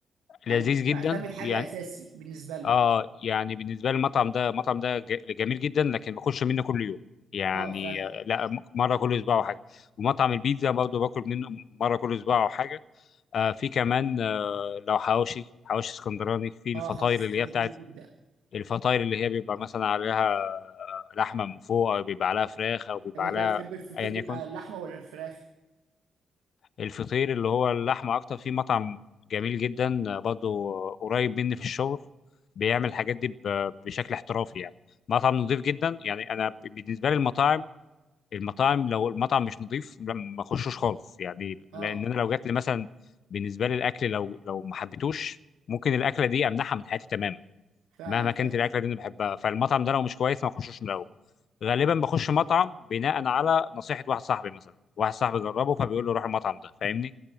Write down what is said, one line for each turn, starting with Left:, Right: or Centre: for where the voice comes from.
Right: يعني
Left: لذيذ
Right: مش
Left: جدا
Right: معتمد حاجه
Left: يعني
Right: اساسي بالنسبه لك
Left: اه يعني بالنسبه لي المطعم ده المطعم ده ج- جميل جدا لكن ما باكلش منه كل يوم يعني
Right: اه فاهم
Left: آه، لا م- مره كل اسبوع او حاجه ومطعم البيتزا برضه باكل منه مره كل اسبوع او حاجه آه في كمان آه، لو حواوشي حواوشي اسكندراني في الفطاير
Right: اه حوش اسكندريه
Left: اللي هي بتاعت
Right: جميل جدا
Left: الفطاير اللي هي بيبقى مثلا عليها لحمه من فوق او بيبقى عليها فراخ او بيبقى
Right: طب انت
Left: عليها
Right: بتحب الفطير
Left: ايا
Right: بيبقى
Left: يكن
Right: اللحمه ولا الفراخ
Left: الفطير اللي هو اللحمه اكتر في مطعم جميل جدا برضه قريب مني في الشغل بيعمل الحاجات دي ب- بشكل احترافي يعني مطعم نظيف جدا يعني انا ب- بالنسبه لي المطاعم المطاعم لو المطعم مش نظيف لا، ما اخشوش خالص يعني
Right: اه
Left: لان انا لو جات لي مثلا بالنسبه لي الاكل لو لو ما حبيتوش ممكن الاكله دي امنعها من حياتي تماما
Right: فعلا
Left: مهما
Right: فاهم
Left: كانت الاكله دي انا بحبها فالمطعم ده لو مش كويس ما اخشوش من الاول غالبا بخش مطعم بناء على نصيحه واحد صاحبي مثلا واحد صاحبي جربه فبيقول له روح المطعم ده فاهمني